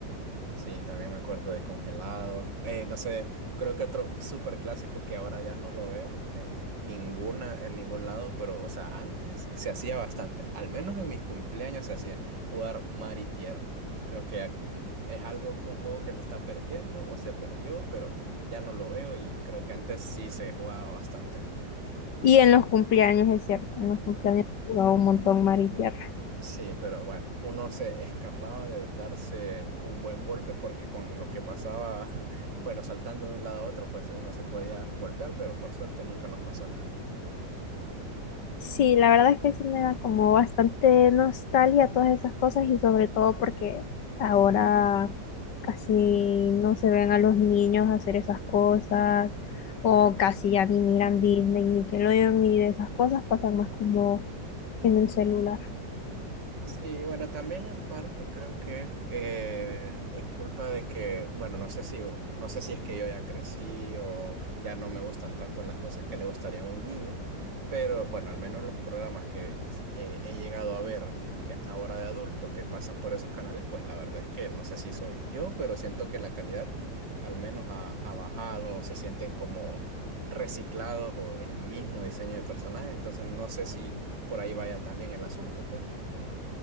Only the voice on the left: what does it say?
Y en los cumpleaños, es cierto, en los cumpleaños jugaba un montón mar y tierra.
Sí, la verdad es que sí me da como bastante nostalgia todas esas cosas y sobre todo porque ahora casi no se ven a los niños hacer esas cosas o casi ya ni miran Disney, Nickelodeon ni de esas cosas, pasan más como en el celular.